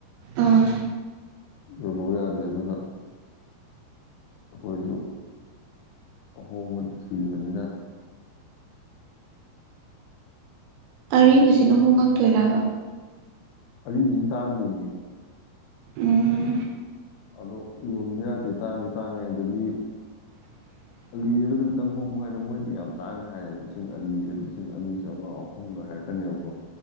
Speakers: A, on the right; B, on the left.
A: ꯑꯥ
B: ꯌꯂꯨ ꯌꯥꯗꯦ ꯑꯗꯨꯅ ꯑꯩꯈꯣꯏꯁꯨ ꯑꯍꯣꯡꯕ ꯊꯤꯕꯅꯤꯅ
A: ꯑꯔꯤꯕꯁꯤꯅ ꯍꯣꯡꯉꯛꯇꯣꯏꯕ
B: ꯑꯔꯤꯁꯤꯅ ꯇꯥꯡꯗꯣꯏꯅꯦ
A: ꯎꯝ
B: ꯑꯣ ꯌꯣꯟꯕ ꯌꯥꯗꯦ ꯇꯥꯡꯁꯨ ꯇꯥꯡꯉꯦ ꯑꯗꯒꯤ
A: <unintelligible> <inaudible>
B: ꯑꯂꯤꯔꯒ ꯑꯗꯨ ꯈꯤꯇꯪ ꯍꯣꯡꯕ ꯍꯥꯏꯔꯦ ꯃꯣꯏꯗꯤ ꯌꯥꯝ ꯇꯥꯡꯅ ꯍꯥꯏꯌꯦꯕ ꯂꯤꯁꯤꯡ ꯑꯒ ꯂꯤꯁꯤꯡ ꯑꯅꯤꯥꯝꯉꯥ ꯑꯍꯨꯝꯒ ꯍꯥꯏꯔꯛꯄ ꯀꯅꯦꯕꯕꯨꯣ